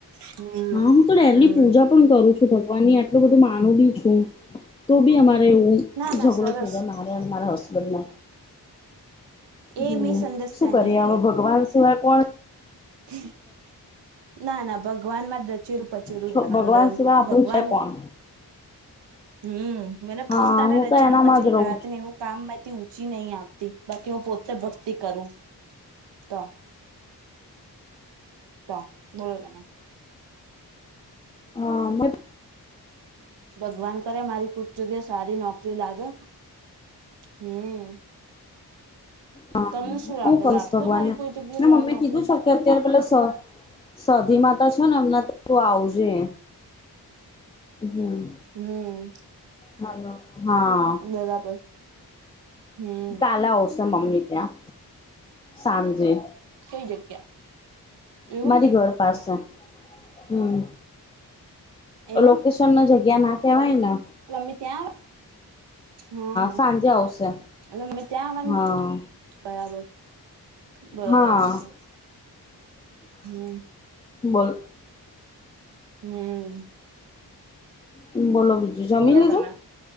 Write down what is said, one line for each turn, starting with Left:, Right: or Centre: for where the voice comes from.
Right: હમ
Left: હા હું તો ડેલી
Right: હમ
Left: પૂજા પણ કરું છું ભગવાન ની આટલું બધું મા હું બી છું તો બી અમા એવું
Right: ના ના
Left: ઝઘડો
Right: સરસ
Left: થઈ જાય મારે મારા હસ્ બંને
Right: એ
Left: હમ
Right: મિસઅન્ડરસ્ટેન્ડિંગ
Left: શું કરીએ અમે ભગવાન સિવાય કોણ
Right: હ ના ના ભગવાનમાં રચેરું પચેલું
Left: છે
Right: રહેવાનું
Left: ભગવાન સિવાય આપણું
Right: ભગવાન
Left: છે કોણ
Right: હમ મને
Left: હા
Right: પોતાને
Left: હું
Right: રચેલું
Left: તો એનામાં
Right: પચેલું
Left: જ રહું
Right: રહેતી
Left: છું
Right: નહી હું કામ મેથી ઊચી નહી આપતી બાકી હું પો ભક્તિ કરું તો તો બોલો તમે
Left: હા મ
Right: ભગવાન કરે મારી કોક જગ્યા સારી નોકરી લાગે હમ
Left: હા
Right: તમને શું લાગે
Left: હું કહીશ
Right: લાગશે
Left: ભગવાનને
Right: મારી કોઈ જગ્યા
Left: મે
Right: સારી
Left: મમ્મી
Right: નોકરી
Left: કીધું છે કે અત્યારે પેલા સાધી માતા છો ને અમ તું આવજે હમ
Right: હમ
Left: હાલો હા
Right: બરાબર હમ
Left: કાલે આવ આવશે મમ્મી ત્યા સાંજે
Right: કઈ જગ્યા, એવું
Left: મારી ઘર પાસે હમ્મ
Right: એવું
Left: લોકેશન ના જ્યા જગ્યા ના કહેવાય
Right: મમ્મી ત્યાં હા
Left: સાંજે આવશે
Right: હા મમ્મી ત્યાં
Left: હા
Right: બરાબર બરાબર
Left: હા
Right: બરાબર હમ્મ
Left: બોલ
Right: હમ્મ
Left: બોલો બીજું જમી
Right: બોલો
Left: લીધું
Right: તમે